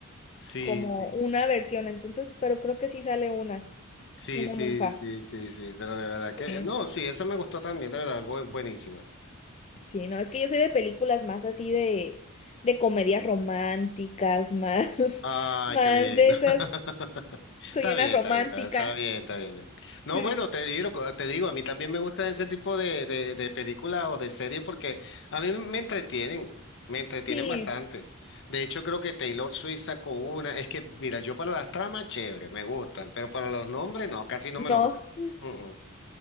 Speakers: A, on the left; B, on the left.
A: Sí,
B: como
A: sí.
B: una versión. Entonces, pero creo que sí sale una,
A: Sí,
B: una
A: sí,
B: monja.
A: sí, sí, sí, pero de verdad que,
B: Sí.
A: no, sí, esa me gustó también, de verdad, bu- buenísima.
B: Sí, no, es que yo soy de películas más así de, de comedias románticas, más, <laughs>
A: Ay,
B: más
A: qué lindo.
B: de esas.
A: <laughs>
B: Soy
A: Está
B: una
A: bien,
B: romántica.
A: está bien, está, está bien, está bien. No,
B: Sí.
A: bueno, te digo, te digo, a mí también me gusta ese tipo de, de, de películas o de series porque a mí me entretienen, me entretienen
B: Sí,
A: bastante. De hecho, creo que Taylor Swift sacó una. Es que, mira, yo para las tramas, chévere, me gustan, pero para los nombres, no, casi no me
B: no.
A: los grabo. Mm, mm.